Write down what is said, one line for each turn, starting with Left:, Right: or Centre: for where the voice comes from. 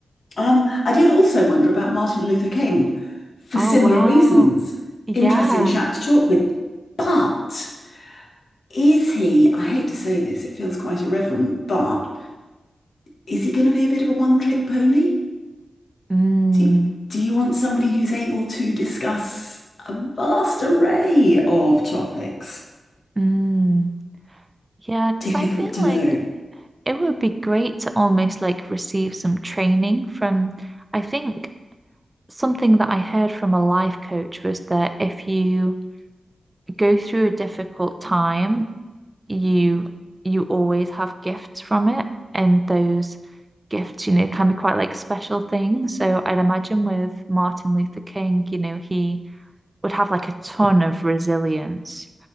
Left: Um, I did also wonder about Martin Luther King for
Right: Oh,
Left: similar
Right: wow.
Left: reasons.
Right: Yeah.
Left: Interesting chap to talk with, but Is he, I hate to say this, it feels quite irreverent, but is he going to be a bit of a one-trick pony?
Right: Mm.
Left: Do, do you want somebody who's able to discuss a vast array of topics?
Right: Mm. Yeah, because
Left: Difficult
Right: I feel
Left: to
Right: like
Left: know.
Right: it would be great to almost like receive some training from, I think something that I heard from a life coach was that if you go through a difficult time you you always have gifts from it, and those gifts, you know, can be quite like special things. So I'd imagine with Martin Luther King, you know, he would have like a ton of resilience.